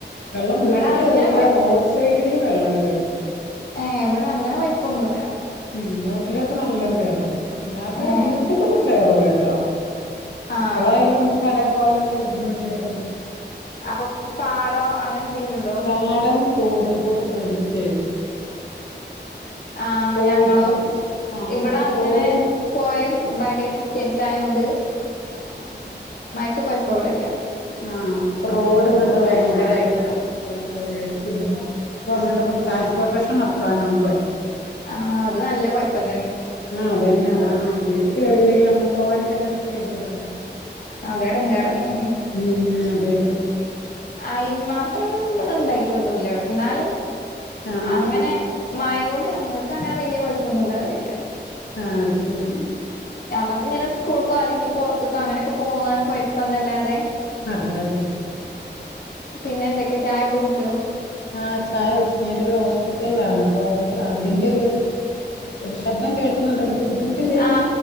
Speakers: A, on the left; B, on the left.
A: വെള്ളം
B: ഇവിടെ
A: വീട്ടക്ക്
B: അങ്ങനെ
A: കേറൂല്ല റോഡ് സൈഡില് വെള്ളം കേസും.
B: ഏ ഇവിടെ അങ്ങനെ കൊയ്പൊന്നൂല്ല.
A: ഉം റോട്ടിലോട്ട് നല്ലോം കേറും അല്ലാതെ
B: ഏഹ്
A: വീട്ട്ക്കൊന്നും കേറൂലട്ടോ.
B: ആഹ്
A: അപ്പളായാലും നമുക്ക് കടയിൽ പോകാനൊക്കെ ബുദ്ധിമുട്ട് വരും.
B: അപ്പൊ പാടോ അങ്ങനെ എന്തെങ്കിലുംണ്ടോ?
A: പാടം തോടും കൂടെ കൂടിയിട്ട്
B: ആ്
A: തോട്ട്
B: ഞങ്ങളോ
A: ആഹ്
B: ഇവിടെ
A: അപ്പൊ
B: അങ്ങനെ
A: റോഡും
B: പൊയ ഭയങ്കര ഡിസ്റ്റൻസ് ആയോണ്ട്
A: <inaudible>
B: ത്തെ കൊയ്പ്പം ഇവടല്ല
A: ആഹ അപ്പൊ റോട്ങ്ങണ്ട് ഭയങ്കരായിട്ട് വെള്ളം കേറിയ ബുദ്ധിമുട്ട അപ്പങ്ങട്. ട്രാൻസ്പോർട്ടേഷൻ നടക്കാനാണ് പണി.
B: ആഹ അത് ന്നല്ല കൊയ്പ്പനെ
A: ആഹ് അതന്നെതാണ് വീട്ട്ക്കേറീല്ലങ്കിലും നമുക്ക് പോവാനും വരാനൊക്കെ ഗതികേടല്ലേ?
B: അതെടങ്ങേറെന്നെണ്
A: ഉം അതെ അതെ
B: ആയി ന്മാത്രൊന്നും ഇവടെ ഇണ്ടായ്ട്ടൊന്നുല്ല ന്നാലും
A: ആഹ് ആഹ്
B: അങ്ങനെ
A: ആഹ്
B: മായോൻണ്ട്. ഞങ്ങക്ക് അങ്ങനെ വല്ല്യ കൊ യ്പ്പൊന്നുംണ്ടാവലില്ല.
A: ആ അത് ശരി
B: ഞമ്മക്ക് ഇങ്ങനെ സ്കൂൾക്കോ അല്ലെങ്കി പൊറത്തുക്കോ അങ്ങനൊക്കെ പോകാൻ കൊയപ്പംന്നല്ലാതെ
A: അതെ അതെ
B: പിന്നെ എന്തൊക്കെ ചായൊക്കെ കുടിച്ചോ?
A: ആഹ ചായ കുടിച് ഞാനൊരു ഹോസ്പിറ്റലാണ് അപ്പൊ അതിന്റോരു ശബ്ദം കേൾക്കുന്നുണ്ടോ എന്ത് ബുദ്ധിമുട്ടില്ലല്ലോ
B: ആ